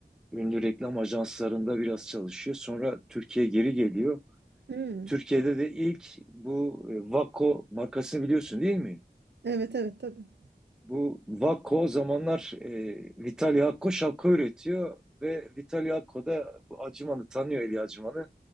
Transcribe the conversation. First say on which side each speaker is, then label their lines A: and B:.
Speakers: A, in the centre; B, on the right.
A: ünlü reklam ajanslarında biraz çalışıyor. Sonra Türkiye'ye geri geliyor.
B: Hmm.
A: Türkiye'de de ilk bu e, Vakko markasını biliyorsun değil mi?
B: Evet evet tabii.
A: Bu Vakko o zamanlar e, Vitali Hakko şapka üretiyor ve Vitali Hakko da bu Acıman'ı tanıyor Eli Acıman'ı.